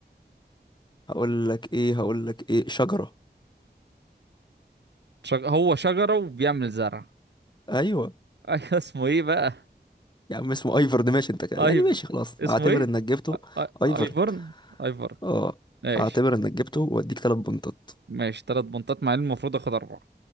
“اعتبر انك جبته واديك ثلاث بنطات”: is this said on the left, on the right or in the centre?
Left